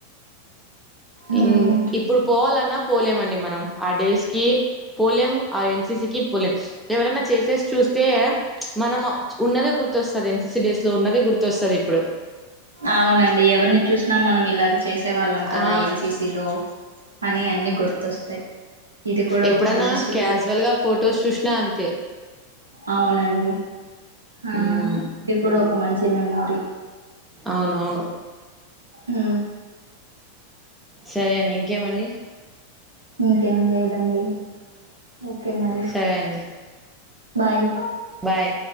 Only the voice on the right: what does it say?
మ్మ్
అవునండి ఎవరిని చూసినా మనం ఇలాగ చేసేవాళ్ళం కదా
ఏన్సీసీలో అని అన్నీ గుర్తొస్తాయి ఇది కూడా
ఒక మంచి
అవునండి ఆ
ఇది కూడా ఒక మంచి మెమోరీ
ఉ
ఇంకేం లేదండి ఓకే మరి
బాయ్